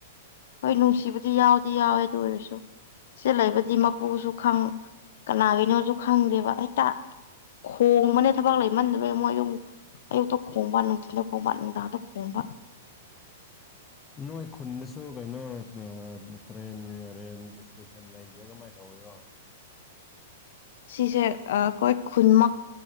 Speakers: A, on the left (about 65°); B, on the left (about 15°).
A: ꯍꯣꯏ ꯅꯨꯡꯁꯤꯕꯨꯗꯤ ꯌꯥꯎꯗꯤ ꯌꯥꯎꯋꯦ ꯑꯗꯨ ꯑꯣꯏꯔꯁꯨ ꯁꯤ ꯂꯩꯕ ꯗꯤ ꯃꯄꯨꯁꯨ ꯈꯪ ꯀꯅꯥꯒꯤꯅꯣꯁꯨ ꯈꯪꯗꯦꯕ ꯍꯦꯛꯇ ꯈꯣꯡꯕꯅꯦ ꯊꯕꯛ ꯂꯩꯃꯟꯗꯕꯩ ꯃꯣꯏ ꯑꯗꯨꯝ ꯑꯌꯨꯛꯇ ꯈꯣꯡꯕ ꯅꯨꯡꯊꯤꯟꯗ ꯈꯣꯡꯕ ꯅꯨꯡꯗꯥꯡꯗ ꯈꯣꯡꯕ꯫
B: ꯅꯣꯏ ꯈꯨꯟꯗꯁꯨ ꯀꯩꯅꯣ ꯑ ꯇ꯭ꯔꯦꯟ ꯔꯦꯟꯒꯤ ꯏꯁ꯭ꯇꯦꯁ ꯁꯟ ꯂꯩꯒꯦꯔꯣ ꯃꯥꯏ ꯇꯧꯒꯦꯔꯣ꯫
A: ꯁꯤꯁꯦ ꯑ ꯈꯣꯏ ꯈꯨꯟꯃꯛ